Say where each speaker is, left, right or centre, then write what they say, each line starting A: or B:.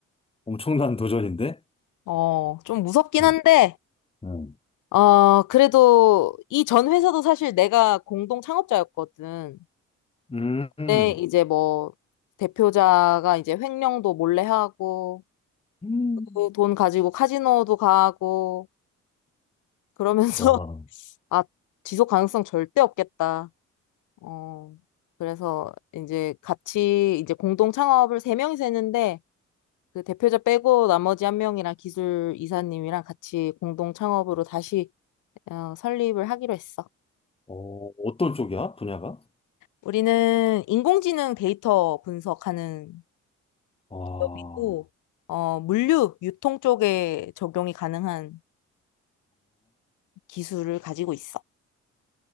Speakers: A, on the left; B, on the left.
A: 엄청난 도전인데?
B: 어, 좀 무섭긴
A: 음,
B: 한데,
A: 음,
B: 어, 그래도 이 전 회사도 사실 내가 공동 창업자였거든.
A: 음, 음.
B: 근데 이제 뭐, 대표자가 이제 횡령도 몰래 하고,
A: 음.
B: 그돈 가지고 카지노도 가고, 그러면서
A: 와,
B: <laughs> 아, 지속 가능성 절대 없겠다. 어, 그래서 이제 같이 이제 공동 창업을 세 명이서 했는데 그 대표자 빼고 나머지 한 명이랑 기술 이사님이랑 같이 공동 창업으로 다시 어, 설립을 하기로 했어.
A: 어, 어떤 쪽이야, 분야가?
B: 우리는 인공지능 데이터 분석하는
A: 와, 어,
B: 기업이고 어, 물류 유통 쪽에 적용이 가능한 기술을 가지고 있어.